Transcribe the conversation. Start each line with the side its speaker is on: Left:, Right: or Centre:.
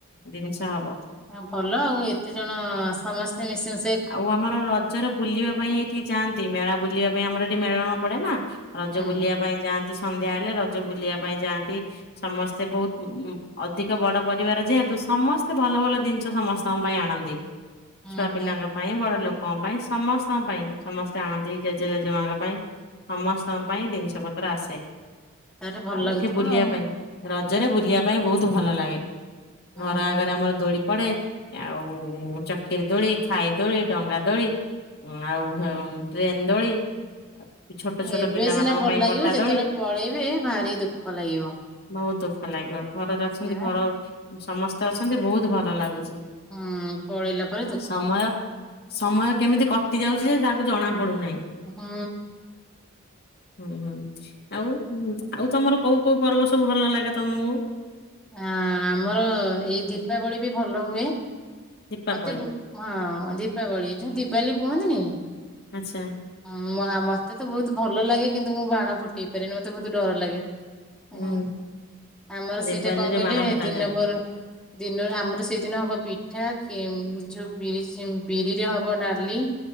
Left: ଜିନିଷ ହବ।
Centre: ହ ଭଲ ଆଉ ଏତେ ଜଣ ସମସ୍ତେ ମିଶିମଶ
Left: ଆଉ ଆମର ରଜର ବୁଲିବା ପାଇଁ ଏଇଠି ଯାଆନ୍ତି ମେଳା ବୁଲିବା ପାଇଁ ଆମର ଏଠି ମେଳଣ ପଡେ ନା ରଜ
Centre: ହୁଁ
Left: ବୁଲିବା ପାଇଁ ଯାଆନ୍ତି। ତେ ସନ୍ଧ୍ୟା ହେଲେ ରଜ ବୁଲିବା ପାଇଁ ଯାଆନ୍ତି। ସମସ୍ତେ ବହୁତ ଅଧିକ ବଡ ପରିବାର ଯେହେତୁ ସମସ୍ତେ ଭଲ ଭଲ ଜିନିଷ ସମସ୍ତଙ୍କ ପାଇଁ ଆଣନ୍ତି।
Centre: ହୁଁ
Left: ଛୁଆ ପିଲା।
Centre: ହୁଁ
Left: ପାଇଁ ବଡ ଲୋକଙ୍କ ପାଇଁ ସମସ୍ତଙ୍କ ପାଇଁ ସମସ୍ତେ ଆଣନ୍ତି ଜେଜେ ଜେଜେମାଙ୍କ ପାଇଁ। ସମସ୍ତଙ୍କ ପାଇଁ ଜିନିଷ ପତ୍ର ଆସେ
Centre: ତାହେଲେ ଭଲ
Left: ଆଉ
Centre: ଲାଗୁଥିବ
Left: ଏଠି ବୁଲିବା
Centre: ଆଉ
Left: ପାଇଁ। ରଜରେ ବୁଲିବା ପାଇଁ ବହୁତ ଭଲ ଲାଗେ
Centre: ହୁଁ
Left: ଘର ଆଗରେ
Centre: ହୁଁ।
Left: ଆମର ଦୋଳି ପଡେ ଆଉ ଚକିରେ ଦୋଳି ଖାଇ ଦୋଳି ଡଙ୍ଗା ଦୋଳି ଆଉ ଟ୍ରେନ ଦୋଳି ଛୋଟ ଛୋଟ
Centre: ଏବେ
Left: ପିଲାମାନଙ୍କ
Centre: ସିନା ଭଲ
Left: ପାଇଁ
Centre: ଲାଗିବ
Left: ପଟା
Centre: ଯେତେବେଳେ
Left: ଦୋଳି
Centre: ପଳେଇବେ ଭାରି ଦୁଃଖ ଲାଗିବ।
Left: ବହୁତ ଦୁଃଖ ଲାଗିବ ଘର ଅଛନ୍ତି
Centre: ସେଇଆ
Left: ଘର ସମସ୍ତେ ଅଛନ୍ତି ବହୁତ ଭଲ ଲାଗୁଛି।
Centre: ହୁଁ ପଲେଇଲା ପରେ ଦୁଃଖ।
Left: ସମୟ ସମୟ କେମିତି କଟି ଯାଉଛି ଯେ ତାକୁ ଜଣା ପଡୁନାହିଁ।
Centre: ହୁଁ।
Left: ହୁଁ ହୁଁ ଆଉ ଆଉ ତମର କୋଉ କୋଉ ପର୍ବ ସବୁ ଭଲ ଲାଗେ ତମକୁ?
Centre: ଆ ଆମର ଏଇ ଦୀପାବଳି ବି ଭଲ ହୁଏ।
Left: ଦୀପାବଳି
Centre: ମତେ ହଁ ଦୀପାବଳି ଯୋଉ ଦୀପାବଳି କୁହନ୍ତିନି।
Left: ଆଚ୍ଛା
Centre: ହଁ ମତେ ତ ବହୁତ ଭଲ ଲାଗେ କିନ୍ତୁ ମୁଁ ବାଣ ଫୁଟେଇ ପାରେନି ମତେ ବହୁତ ଡର ଲାଗେ।
Left: ହୁଁ
Centre: ହଁ ଆମର
Left: ଦେବାଲିରେ
Centre: ସେଟା କଣ କହିଲେ
Left: ବାଣ ଫଟାଯାଏ
Centre: ଦିନପ ଦିନ ଆମର ସେଇଦିନ ହବ ପିଠା ଯୋଉ ବିରି ବିରିରେ ହବ ଡାଲି।